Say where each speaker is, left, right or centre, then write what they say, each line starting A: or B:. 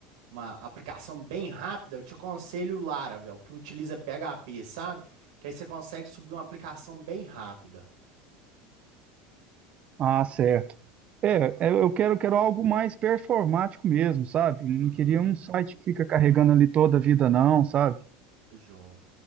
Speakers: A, on the right; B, on the right.
A: uma aplicação bem rápida, eu te aconselho o Laravel, que utiliza PHP, sabe? Que aí você consegue subir uma aplicação bem rápida.
B: Ah, certo. É, é, eu quero, quero algo mais performático mesmo, sabe? Não
A: Uhum.
B: queria um site que fica carregando ali toda a vida, não, sabe?
A: Joia.